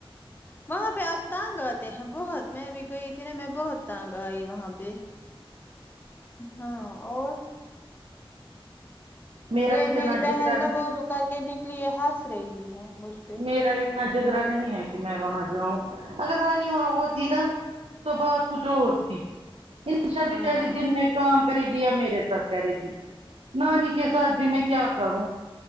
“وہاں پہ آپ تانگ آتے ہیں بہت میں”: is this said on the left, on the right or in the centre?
Left